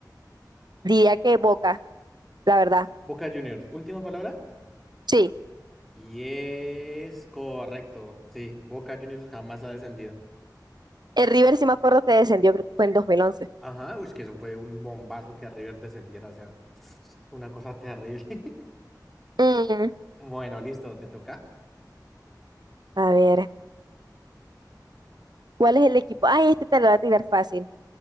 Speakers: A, on the right; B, in the centre.
A: Diría que Boca, la verdad.
B: Boca Juniors. Última palabra.
A: Sí.
B: Y es correcto. Sí, Boca Juniors jamás ha descendido.
A: El River sí me acuerdo que descendió, creo que fue en 2011.
B: Ajá, uy, que eso fue un bombazo que River descendiera, o sea, una cosa terrible. <laughs>
A: Mm,
B: Bueno, listo, ¿te toca?
A: a ver, ¿cuál es el equipo? Ay, este te lo voy a tirar fácil.